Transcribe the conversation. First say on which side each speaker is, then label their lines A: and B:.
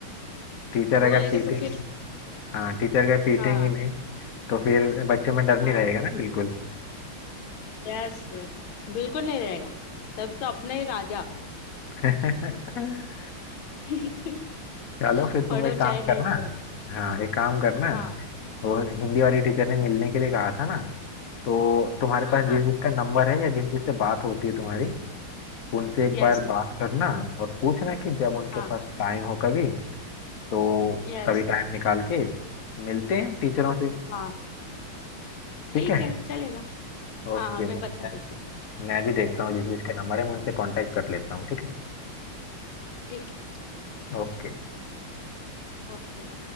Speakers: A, on the left (about 55°); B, on the left (about 70°).
A: टीचर
B: बोलेगे
A: अगर पीटेंगे
B: तो फिर
A: हाँ टीचर अगर पीटेंगे
B: हाँ
A: नहीं तो फिर बच्चों में डर नहीं
B: हाँ
A: रहेगा ना बिल्कुल
B: Yes yes बिल्कुल नहीं रहेगा तभी तो अपने ही राजा
A: <laughs>
B: <laughs>
A: चलो फिर तुम
B: पढ़ो
A: एक काम
B: चाहे नहीं
A: करना
B: पढ़ो
A: हाँ एक काम करना
B: हाँ
A: वो हिंदी वाली टीचर
B: हम्म,
A: ने मिलने के लिए कहा था ना तो तुम्हारे
B: हाँ
A: पास
B: हाँ
A: जिस
B: हाँ
A: जिसका नंबर है या जिस जिससे बात होती है तुम्हारी उनसे एक
B: यस
A: बार बात करना और पूछना कि जब उनके
B: हाँ
A: पास टाइम हो कभी तो
B: यस
A: कभी टाइम निकाल के मिलते हैं टीचरों से
B: हाँ
A: ठीक
B: ठीक
A: है
B: है चलेगा
A: ओके
B: हाँ हाँ मैं
A: मैं
B: बता
A: मैं
B: देती
A: मैं भी देखता
B: हूँ Okay
A: हूँ जिस
B: okay
A: जिसके नंबर है मैं उनसे कांटेक्ट कर लेता हूँ ठीक है
B: ठीक है
A: ओके
B: <clears throat> ओके